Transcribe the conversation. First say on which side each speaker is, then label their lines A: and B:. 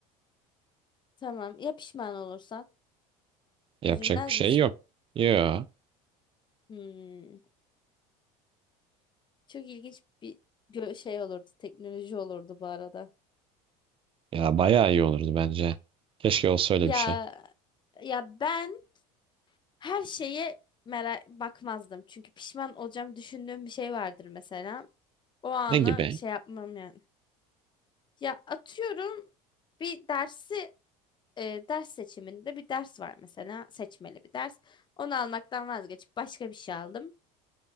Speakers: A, on the left; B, on the right.
A: Tamam. Ya pişman olursan?
B: Yapacak
A: Üzülmez
B: bir şey
A: misin?
B: yok. Yo.
A: Hmm. Çok ilginç bir gö- şey olurdu. Teknoloji olurdu bu arada.
B: Ya bayağı iyi olurdu bence. Keşke olsa öyle
A: Ya
B: bir şey.
A: ya ben her şeye merak bakmazdım. Çünkü pişman olacağım düşündüğüm bir şey vardır mesela. O anı
B: Ne gibi?
A: şey yapmam yani. Ya atıyorum bir dersi e, ders seçiminde bir ders var mesela seçmeli bir ders. Onu almaktan vazgeçip başka bir şey aldım.